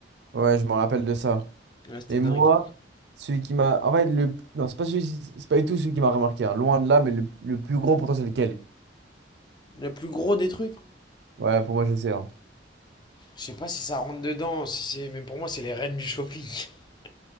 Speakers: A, on the right; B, on the left.
A: Ouais, je me rappelle de ça.
B: Ouais, c'était
A: Et
B: dingue.
A: moi, celui qui m'a. En fait, le. Non, c'est pas celui... c'est pas du tout celui qui m'a remarqué. hein. Loin de là, mais le, le plus gros pour toi, c'est lequel?
B: Le plus gros des trucs.
A: Ouais, pour moi, je sais. hein.
B: Je sais pas si ça rentre dedans, si c'est, mais pour moi, c'est les reines du shopping. <laughs>